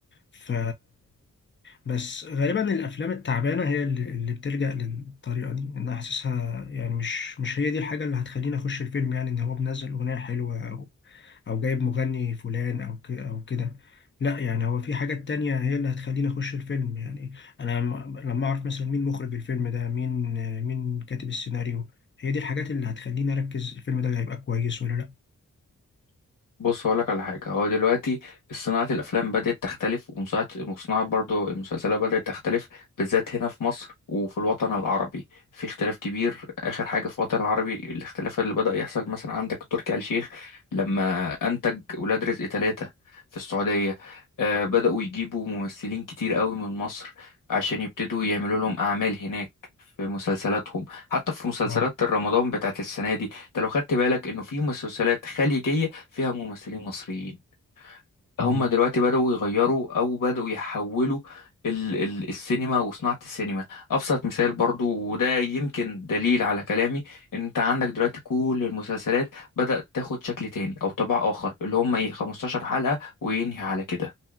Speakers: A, on the left (about 35°); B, on the left (about 75°).
A: ف بس غالبا الأفلام التعبانة هي اللي اللي بتلجأ للطريقة دي أنا حاسسها يعني مش مش هي دي الحاجة اللي هتخليني أخش الفيلم يعني إن هو منزل أغنية حلوة او جايب مغني فلان او ك- او كده لا يعني هو في حاجات تانية هي اللي هتخليني اخش الفيلم يعني انا لما لما اعرف مثلا مين مخرج الفيلم ده مين مين كاتب السيناريو هي دي الحاجات اللي هتخليني اركز الفيلم ده هيبقى كويس ولا لا
B: بص هقولك على حاجة هو دلوقتي صناعة الأفلام بدأت تختلف ومصنعة وصناعة برضو المسلسلات بدأت تختلف بالذات هنا في مصر وفي الوطن العربي في اختلاف كبير آخر حاجة في الوطن العربي الاختلاف اللي بدأ يحصل مثلا عندك تركي آل الشيخ لما أنتج ولاد رزق ثلاثة في السعودية آه بدأوا يجيبوا ممثلين كتير قوي من مصر عشان يبتدوا يعملوا لهم أعمال هناك في مسلسلاتهم حتى في مسلسلات
A: اه
B: رمضان بتاعت السنة دي انت لو خدت بالك انه في مسلسلات خليجية فيها ممثلين مصريين
A: مم.
B: هم دلوقتي بدأوا يغيروا او بدأوا يحولوا ال ال السينما وصناعة السينما ابسط مثال برضو وده يمكن دليل على كلامي ان انت عندك دلوقتي كل المسلسلات بدأت تاخد شكل تاني او طبع اخر اللي هم ايه 15 حلقة وينهي على كده